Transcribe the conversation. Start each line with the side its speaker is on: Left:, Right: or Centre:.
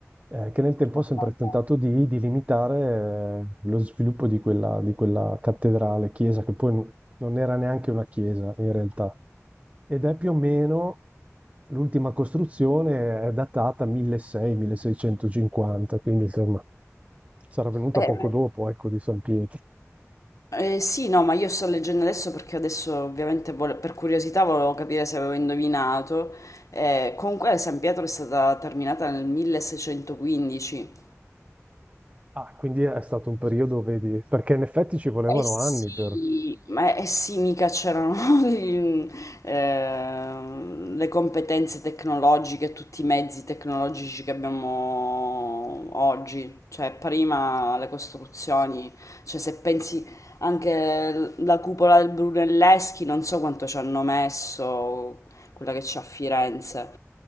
Right: eh, che nel tempo
Left: ok,
Right: ha sempre
Left: ok.
Right: tentato di, di limitare eh, lo sviluppo di quella, di quella cattedrale, chiesa, che poi non era neanche una chiesa in realtà, ed è più o meno l'ultima costruzione è datata 1600-1650, quindi insomma sarà venuta
Left: eh,
Right: poco dopo, ecco, di San Pietro.
Left: eh, sì, no, ma io sto leggendo adesso perché adesso ovviamente vole- per curiosità volevo capire se avevo indovinato. Eh, comunque San Pietro è stata terminata nel 1615,
Right: Ah, quindi è stato un periodo, vedi, perché in effetti ci volevano
Left: Eh sì,
Right: anni per...
Left: ma eh sì, mica c'erano <laughs> i- ehm, le competenze tecnologiche, tutti i mezzi tecnologici che abbiamo oggi, cioè prima le costruzioni, cioè se pensi anche l- la cupola del Brunelleschi, non so quanto ci hanno messo, quella che c'è a Firenze,